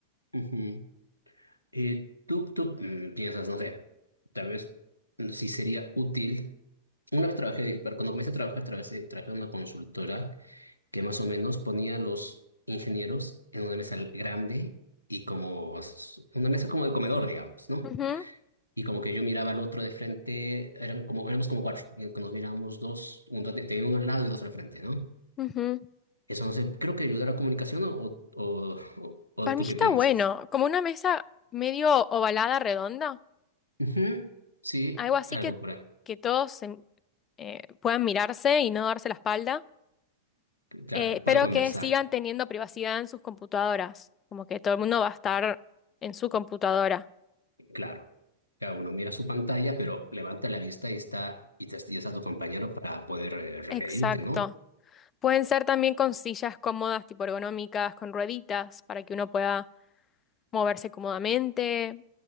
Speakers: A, on the left; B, on the left.
A: Ujú. Eh, tú, tú mm, piensas, no sé, tal vez mm, sí sería útil. Una vez trabajé, pero cuando comencé a trabajar, trabajé, trabajé en una consultora que más o menos ponía a los ingenieros en una mesa grande y como s- una mesa como de comedor, digamos, ¿no?
B: Ujú,
A: Y como que yo miraba al otro de frente, eran como, éramos como cuatro, y nos mirábamos dos, un, tenía uno al lado y dos al frente, ¿no?
B: ujú.
A: Eso no sé, creo que ayuda a la comunicación o, o, o- o
B: Para mí
A: tú
B: está
A: qué piensas.
B: bueno, como una mesa medio ovalada, redonda.
A: Ujú, Sí,
B: algo así
A: algo
B: que,
A: por ahí.
B: que todos se- eh, puedan mirarse y no darse la espalda,
A: Claro,
B: eh,
A: y pueden
B: pero
A: conversar,
B: que sigan teniendo privacidad en sus computadoras, como que todo el mundo va a estar en su computadora.
A: claro. Cada uno mira su pantalla, pero levanta la vista y está, y te y está tu compañero para poder eh, referirte,
B: Exacto.
A: ¿no?
B: Pueden ser también con sillas cómodas, tipo ergonómicas, con rueditas, para que uno pueda moverse cómodamente.